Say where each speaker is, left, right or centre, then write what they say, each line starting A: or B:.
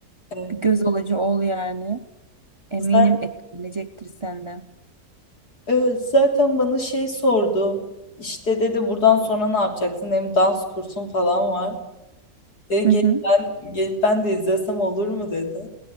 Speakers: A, on the left; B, on the right.
A: evet.
B: Bir göz alıcı ol yani. Eminim
A: Zaten,
B: etkilenecektir senden.
A: evet, zaten bana şey sordu. İşte dedi buradan sonra ne yapacaksın? Hem dans kursun falan var. Dedi
B: Hı
A: gelip
B: hı.
A: ben, gelip ben de izlesem olur mu dedi.